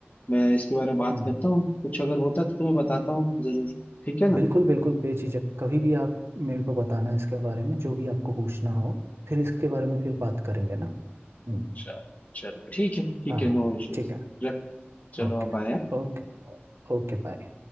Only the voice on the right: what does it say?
हम्म
बिल्कुल बिल्कुल बेझिझक कभी भी आप मेरे को बताना इसके बारे में जो भी आपको पूछना हो फिर इसके बारे में फिर बात करेंगे ना हम्म,
हाँ
ठीक है
ओके
ओके Okay bye